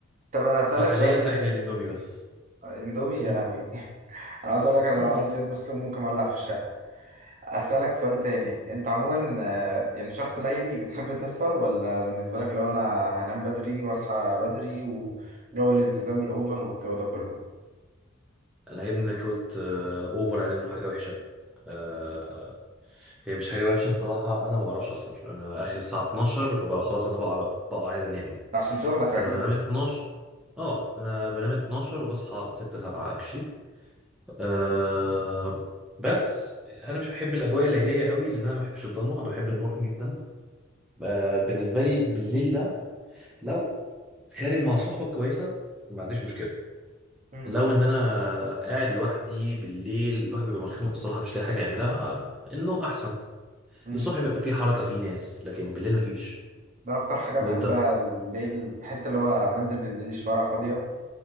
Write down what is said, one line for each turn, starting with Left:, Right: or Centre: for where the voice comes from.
Right: طب انا هسالك
Centre: فحاليا
Right: سؤال تاني
Centre: اخري الاندومي بس
Right: آه، اندومي يا
Centre: قول
Right: لهوي <laughs> انا عايز اقول لك انا لو
Centre: مم.
Right: عملت بيض مسلوق ممكن اولع في الشقه أسألك سؤال تاني أنت عموما آه، يعني شخص ليلي بتحب تسهر ولا بالنسبة لك لو أنا هنام بدري وأصحى بدري وجو الالتزام الأوفر والجو ده كله
Centre: انا عيبني انك قلت آه، اوفر عليه انه حاجه وحشه آه، هي مش حاجة وحشة الصراحة أنا ما بعرفش أسهر أنا آخر الساعة 12 وبقى خلاص أنا بقى بقى عايز أنام
Right: عشان شغلك
Centre: فأنا
Right: أكيد
Centre: بنام 12 أه أنا بنام 12 وبصحى 6 7 أكشلي أه بس أنا مش بحب الأجواء الليلية قوي لأن أنا ما بحبش الضلمة أنا بحب النور جدا أه بالنسبة لي بالليل ده لو خارج مع صحبة كويسة ما عنديش مشكلة
Right: مم.
Centre: لو إن أنا قاعد لوحدي بالليل الواحد بيبقى مخنوق الصراحة مش لاقي حاجة يعملها آه، النوم أحسن
Right: مم.
Centre: الصبح بيبقى فيه حركة فيه ناس لكن بالليل مفيش
Right: ده أكتر حاجة بحبها
Centre: وانت
Right: الليل بحس اللي هو بنزل بالليل الشوارع فاضية